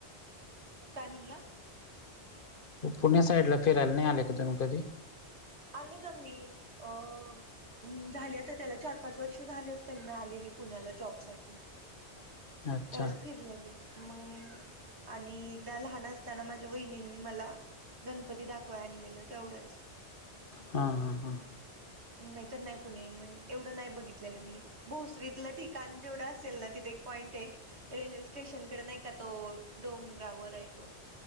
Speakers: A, on the right; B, on the left.
A: काय म्हंटला?
B: पुण्या साईडला फिरायला नाही आले का तुम्ही कधी?
A: आले ना मी अ ह झाली आता त्याला चार पाच वर्ष झाले असत्याल मी आलेली पुण्याला जॉबसाठी.
B: अच्छा
A: त्यावेळेस फिरलेली मग आणि एकदा लहान असताना माझ्या वहिनींनी मला गणपती दाखवाय आणलेलं तेवढंच.
B: हां हां हां.
A: नाही तर नाही पुणे मग एवढं नाही बघितलेलं मी. भोसरीतलं ठिकाण जेवढं असेल ना, तिथे एक पॉईंट हाय. रेल्वे स्टेशनकडं नाही का तो डोंगरावर आहे तो.